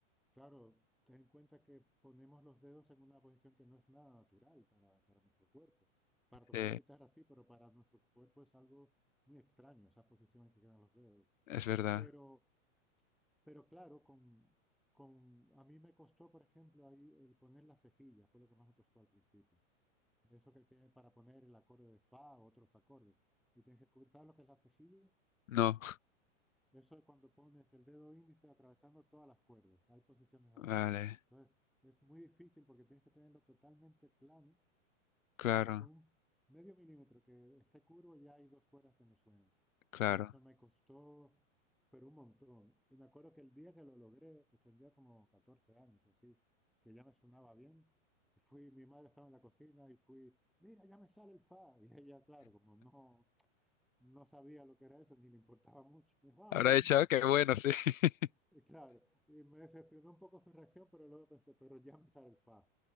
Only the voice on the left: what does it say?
sí,
es verdad.
No,
<laughs> vale,
claro,
claro.
Habrá
dicho,
qué bueno, sí. <laughs>